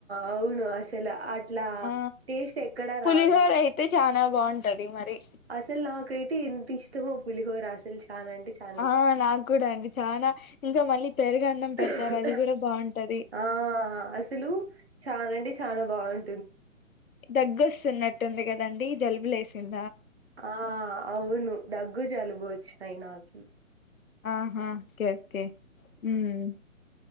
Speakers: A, on the right (about 50°); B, on the left (about 80°).
A: అవును అసలు అట్లా
B: ఆ
A: టేస్ట్ ఎక్కడా
B: పులిహోర
A: రాదు
B: అయితే చానా బాగుంటది మరి
A: అసలు నాకైతే ఎంత ఇష్టమో పులిహోరా అసలు చానా అంటే చానా
B: ఆ నాకు కూడా అండి చానా ఇంకా మళ్లీ పెరుగన్నం
A: ఇష్టం
B: పెడతారు అది కూడా బాగుంటది
A: ఆ అసలు చానా అంటే చానా బాగుం
B: దగ్గొస్తున్నట్టుంది కదండి జలుబు లేసింది
A: ఆ అవును దగ్గు జలుబు వచ్చినాయ్ నాకి
B: అహా ఓకే ఓకే మ్